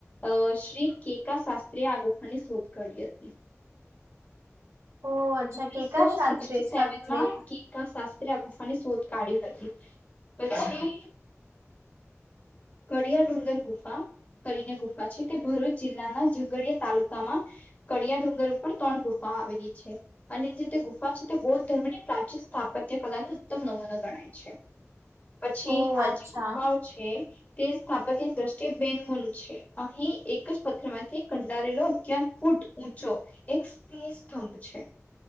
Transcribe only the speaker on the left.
અ શ્રી કેકા શાસ્ત્રી એ આ ગુફાની શોધ કાઢી હતી.
ઓગણીસો
સિકટી સેવનમાં
કે કા શાસ્ ત્રી એ આ ગુફા ની સોધ કાઢી હતી. પછી કળિયા ડુંગર ગુફા કરીને ગુફા છે તે ભરૂચ જિલ્લાના ઝઘડીયા તાલુકામાં કડીયા ડુંગર ઉપર ત્રણ ગુફા આવેલી છે અને જે તે ગુફા છે તે બૌદ્ધ ધર્મની પ્રાચીન સ્થાપત્ય કલા નો ઉત્તમ નમૂનો ગણાય છે. પછી
આજ
ગુફાઓ છે. તે સ્થાપત્ય દ્રષ્ટિએ બે ગુન છે. અહીં એક જ પથ્થર માંથી કંડારેલો અગિયાર ફૂટ ઊંચો એક સ્હ સ્તંભ છે.